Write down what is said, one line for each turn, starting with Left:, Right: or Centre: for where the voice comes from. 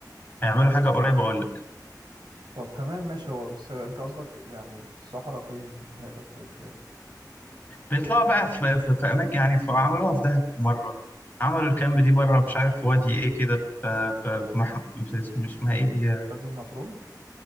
Left: هيعملوا حاجه قريبه اقول لك
Right: طب تمام ماشي هو بس انت قصدك في يعني في الصحراء فين ه- في في
Left: بيطلعوا بقى في, في, في اماكن يعني في عملوها في دهب في مره عملوا الكامب دي بره مش عارف في وادي ايه كده في في, في, مح... في اسم- اسمها ايه دي
Right: وادي النطرون